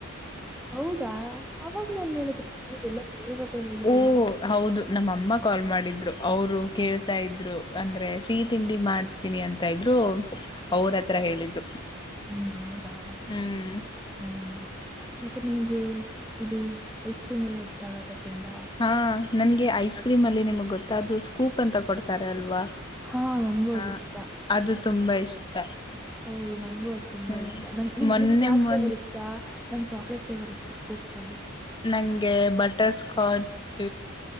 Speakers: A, in the centre; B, on the left (about 20°).
A: ಹೌದಾ ಅವಾಗ್ಲ ಎನ್ ಹೇಳುದ್ರ ಎಲ್ಲ ಬೇರೆಯರ ಹತ್ರ ಹೇಳಿದ್ರೆನ
B: ಹ್ಮ ಹೌದು ನಮ್ಮಮ್ಮ ಕಾಲ್ ಮಾಡಿದ್ದರು ಅವರು ಕೇಳ್ತಾದರು ಅಂದರೆ ಸಿಹಿ ತಿಂಡಿ ಮಾಡ ತನಿ ಅಂತ ಇದ್ರು ಅವ್ರ ಹತ್ರ ಹೇಳಿದ್ದು
A: ಹ್ಮ್ ಹೌದಾ
B: ಹ್ಮ್
A: ಹ್ಮ್ ಮತ್ತೆ ನಿಮಗೆ ಇದು ಐಸ್ ಕ್ರೀಮ್ ಎಲ್ಲಾ ಇಷ್ಟ ಆಗತ್ತ ತುಂಬಾ
B: ಹಾ ನಂಗೆ ಐಸ್ ಕ್ರೀಮ್ ಅಲ್ಲಿ ನಿಮಗೆ ಗೊತ್ತಾ ಅದು ಸ್ಕೂಪ್ ಅಂತ ಕೊಡ್ತಾರ ಅಲ್ವಾ
A: ಹಾ ನಂಗೂ
B: ಹ
A: ಅದ ಇಷ್ಟ
B: ಅದು ತುಂಬಾ ಇಷ್ಟ
A: ಹೌದು ನಂಗೂ ಅದು ತುಂಬಾ
B: ಹ್ಮ್
A: ಇಷ್ಟ ನ ನಿಮ್
B: ಮೊನ್ನೆ
A: ನಿಮ್ಗ್ ಯಾವ
B: ಮೊನ್
A: ಫ್ಲೇವರ್ ಇಷ್ಟ ನಂ ಚಾಕ್ಲೇಟ್ ಫ್ಲೇವರ್ ಇಷ್ಟ ಸ್ಕೂಪ್ಸ್ ಅಲ್ಲಿ
B: ನಂಗೆ ಬಟರ್ ಸ್ಕಾಚ್